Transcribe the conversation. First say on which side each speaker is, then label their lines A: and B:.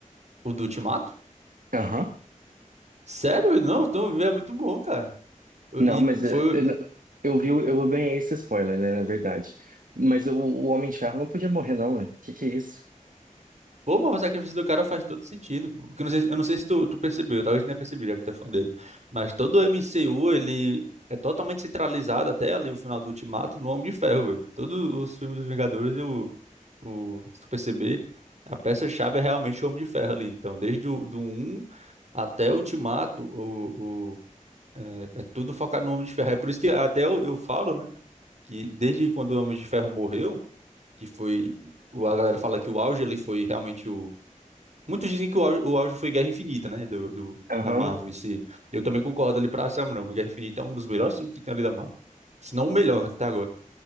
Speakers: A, on the right (about 55°); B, on the right (about 80°).
A: O do Ultimato?
B: Aham.
A: Sério? Não, então é muito bom, cara. Eu-
B: Não,
A: E
B: mas eh,
A: foi.
B: eu, não- eu vi, o- eu ganhei esse spoiler, né, na verdade. Mas o, o Homem de Ferro não podia morrer, não, né? Que que é isso?
A: Pô, mas o sacrifício do cara faz todo sentido. pô. Porque eu não sei, eu não sei se tu, tu percebeu, talvez nem percebi, já que tu é fã dele. Mas todo o MCU, ele é totalmente centralizado até ali o final do Ultimato no Homem de Ferro, velho. Todos os filmes dos Vingadores, eu, o, se tu perceber, a peça-chave é realmente o Homem de Ferro ali. Então, desde o do um até o Ultimato, o, o, é, é tudo focado no Homem de Ferro. É por isso que até eu, eu falo, né, que desde quando o Homem de Ferro morreu, que foi. o- A galera fala que o auge ali foi realmente Muitos dizem que o auge, o auge foi Guerra Infinita, né? Do, do-
B: Aham.
A: da Marvel. Esse, eu também concordo ali pra Sam, não. O Guerra Infinita é um dos melhores filmes que tem ali da Marvel. Se não o melhor até agora.